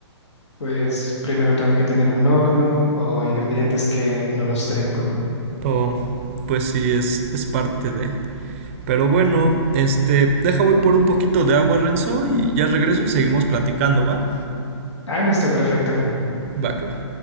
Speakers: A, on the left; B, on the right.
A: pues primero tengo que tener un horno o ingredientes que no los tengo.
B: O pues sí, es, es parte de. Pero bueno, este, deja voy por un poquito de agua, Renzo, y ya regreso y seguimos platicando, ¿va?
A: Ah, listo, perfecto.
B: Va, que va.